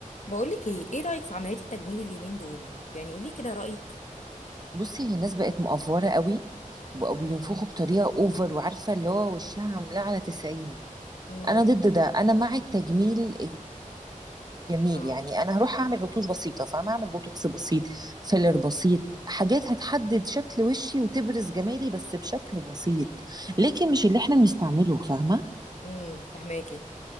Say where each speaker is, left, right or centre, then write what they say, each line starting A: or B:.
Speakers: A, on the left; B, on the right.
A: بقولك ايه ايه رأيك في عمليات التجميل اليومين دول يعني قولي كده رأيك
B: بصي هي الناس بقت مقفورة قوي وبقوا بينفخوا بطريقة اوفر وعارفة اللي هو وشها عاملاه على 90
A: امم
B: انا ضد ده انا مع التجميل الجميل
A: اه
B: يعني انا هروح اعمل رتوش بسيطة فاهمة اعمل بوتوكس بسيط فيلر بسيط حاجات هتحدد شكل وشي وتبرز جمالي بس بشكل بسيط لكن مش اللي احنا بنستعمله فاهمة
A: امم فهماكي